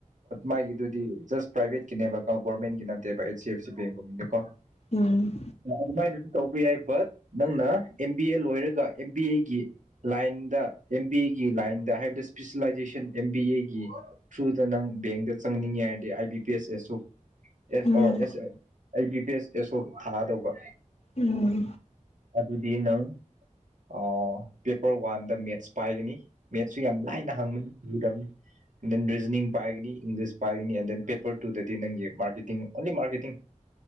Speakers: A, on the right; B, on the left.
A: ꯃꯥꯒꯤꯗꯨꯗꯤ ꯖꯁ ꯄ꯭ꯔꯥꯏꯚꯦꯠꯀꯤꯅꯦꯕꯀꯣ ꯒꯣꯔꯃꯦꯟꯒꯤ ꯅꯠꯇꯦꯕ ꯑꯩꯆ ꯁꯤ ꯑꯦꯐꯁꯤ ꯕꯦꯡꯒꯨꯝꯕꯗꯤꯀꯣ
B: ꯎꯝ
A: ꯑꯗꯨꯃꯥꯏꯅ ꯑꯗꯨꯝ ꯇꯧꯕ ꯌꯥꯏ ꯕꯠ ꯅꯪꯅ ꯑꯦꯝ ꯕꯤ ꯑꯦ ꯂꯣꯏꯔꯒ ꯑꯦꯝ ꯕꯤ ꯑꯦꯒꯤ ꯂꯥꯏꯟꯗ ꯑꯦꯝ ꯕꯤ ꯑꯦꯒꯤ ꯂꯥꯏꯟꯗ ꯍꯥꯏꯕꯗꯤ ꯏꯁꯄꯤꯁꯦꯂꯥꯏꯖꯦꯁꯟ ꯑꯦꯝ ꯕꯤ ꯑꯦꯒꯤ ꯊ꯭ꯔꯨꯗ ꯅꯪ ꯕꯦꯡꯗ ꯆꯪꯅꯤꯡꯉꯦ ꯍꯥꯏꯔꯗꯤ ꯑꯥꯏ ꯕꯤ ꯄꯤ ꯑꯦꯁ ꯑꯦꯁꯨ ꯑꯦꯁ
B: ꯎꯝ
A: ꯑꯣ ꯑꯦꯁ ꯑꯩ ꯕꯤ ꯄꯤ ꯑꯦꯁ ꯑꯣ ꯊꯥꯗꯧꯕ
B: ꯎꯝ
A: ꯑꯗꯨꯗꯤ ꯅꯪ ꯑꯣ ꯄꯦꯄꯔ ꯋꯥꯟꯗ ꯃꯦꯠꯁ ꯄꯥꯏꯒꯅꯤ ꯃꯦꯠꯁꯨ ꯌꯥꯝ ꯂꯥꯏꯅ ꯍꯪꯕꯅꯤꯅꯤ ꯂꯨꯗꯝꯅꯤ ꯗꯦꯟ ꯔꯤꯖꯅꯤꯡ ꯄꯥꯏꯒꯅꯤ ꯏꯪꯂꯤꯁ ꯄꯥꯏꯒꯅꯤ ꯑꯦꯟ ꯗꯦꯟ ꯄꯦꯄꯔ ꯇꯨꯗꯗꯤ ꯅꯪꯒꯤ ꯃꯥꯔꯀꯦꯇꯤꯡ ꯑꯣꯟꯂꯤ ꯃꯥꯔꯀꯦꯇꯤꯡ